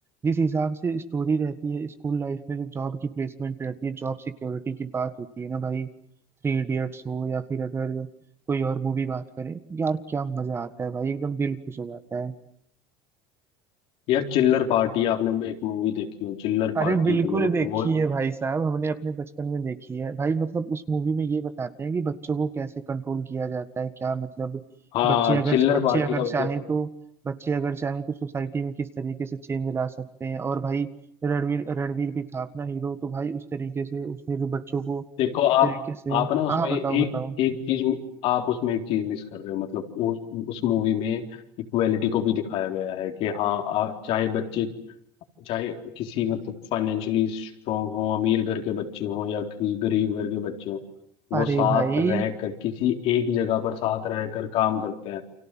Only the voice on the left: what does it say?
यार चिल्लर पार्टी आपने एक मूवी देखी हो चिल्लर
पार्टी
मतलब
वो
हाँ
चिल्लर
पार्टी
का
मतलब
देखो आप
आप
ना उसमें
एक
एक चीज आप उसमें एक चीज मिस कर रहे हो मतलब उस उस मूवी में इक्वेलिटी को भी दिखाया गया है कि हाँ आ, चाहे बच्चे चाहे किसी मतलब फाइनेंशियली स्ट्रांग हो अमीर घर के बच्चे हों या किसी गरीब घर के बच्चे हों वो
साथ
रहकर किसी एक जगह पर साथ रहकर काम करते हैं